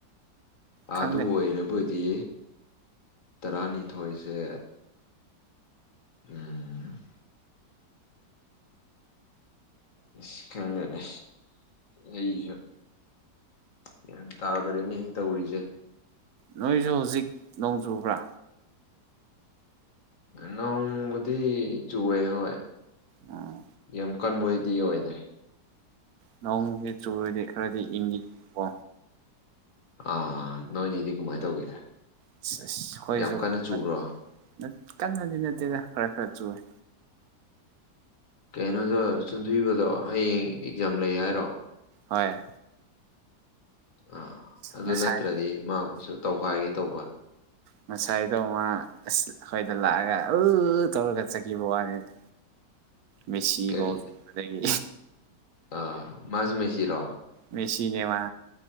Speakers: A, on the right; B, on the left.
A: ꯈꯪꯗꯦ
B: ꯑꯗꯨ ꯑꯣꯏꯔꯕꯨꯗꯤ ꯇꯔꯥꯅꯤꯊꯣꯏꯁꯦ ꯎ‌ꯝ ꯑꯁ ꯈꯪꯗꯦꯅꯦ ꯑꯩꯁꯨ ꯒꯤꯌ꯭ꯥꯟ ꯇꯥꯗ꯭ꯔꯦꯅꯦꯍꯦ ꯇꯧꯔꯤꯁꯦ
A: ꯅꯣꯏꯁꯨ ꯍꯧꯖꯤꯛ ꯅꯣꯡ ꯆꯨꯕ꯭ꯔꯥ
B: ꯅꯣꯡꯕꯨꯗꯤ ꯆꯨꯋꯦ ꯍꯣꯏ
A: ꯎꯝ
B: ꯌꯥꯝ ꯀꯟꯕ ꯑꯣꯏꯗꯤ ꯑꯣꯏꯗꯦ
A: ꯅꯣꯡꯁꯦ ꯆꯨꯔꯗꯤ ꯈꯔꯗꯤ ꯏꯪꯉꯤ ꯀꯣ
B: ꯑꯥ ꯅꯣꯏꯒꯤꯗꯤ ꯀꯃꯥꯏꯅ ꯇꯧꯒꯦ
A: ꯑꯁ ꯑꯁ ꯑꯩꯈꯣꯏꯁꯨ
B: ꯌꯥꯝ ꯀꯟꯅ
A: ꯈꯔ
B: ꯆꯨꯕ꯭ꯔꯣ
A: ꯈꯔ ꯀꯟꯅꯗꯤ ꯅꯠꯇꯦꯗ ꯈꯔ ꯈꯔ ꯆꯨꯋ‌ꯦ
B: ꯀꯩꯅꯣꯗꯣ ꯆꯨꯝꯊꯤꯕꯗꯣ ꯍꯌꯦꯡ ꯑꯦꯛꯖꯥꯝ ꯂꯩ ꯍꯥꯏꯔꯣ
A: ꯍꯣꯏ
B: ꯑꯥ ꯑꯗꯨ
A: ꯉꯁꯥꯏ
B: ꯅꯠꯇ꯭ꯔꯗꯤ ꯃꯥꯕꯨꯁꯨ ꯇꯧꯈꯥꯏꯒꯦ ꯇꯧꯕ
A: ꯉꯁꯥꯏꯗꯣ ꯃꯥ ꯑꯁ ꯑꯩꯈꯣꯏꯗ ꯂꯥꯛꯑꯒ ꯎꯜ <unintelligible> ꯇꯧꯔꯒ ꯆꯠꯈꯤꯕ ꯋꯥꯅꯤꯗ ꯃꯦꯁꯤ
B: ꯀꯔꯤ
A: ꯒꫭꯜ ꯆꯟꯕꯗꯒꯤ
B: ꯑꯥ ꯃꯥꯁꯨ ꯃꯤꯁꯤꯔꯣ
A: ꯃꯦꯁꯤꯅꯦ ꯃꯥ